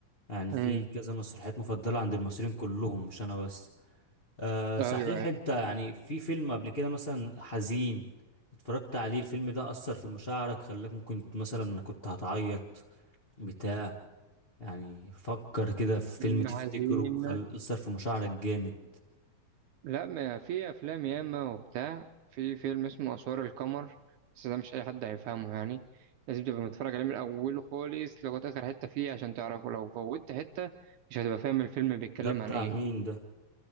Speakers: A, on the left; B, on the right.
A: يعني
B: مم.
A: في كذا مسرحيات مفضله عند المصريين كلهم مش انا بس آه صحيح
B: أيوه
A: انت يعني في فيلم قبل كده مثلا حزين اتفرجت عليه الفيلم ده اثر في مشاعرك خلاك ممكن مثلا كنت هتعيط بتاع يعني فكر كده في
B: فيلم
A: فيلم تفتكره
B: حزين
A: خل أثر في مشاعرك جامد
B: لا ما في افلام ياما وبتاع في فيلم اسمه اسوار القمر بس ده مش اي حد هيفهمه يعني لازم تبقى متفرج عليه من اوله خالص لغايه اخر حته فيه عشان تعرفه لو فوتت حته مش هتبقى فاهم الفيلم بيتكلم
A: ده بتاع
B: عن ايه
A: مين ده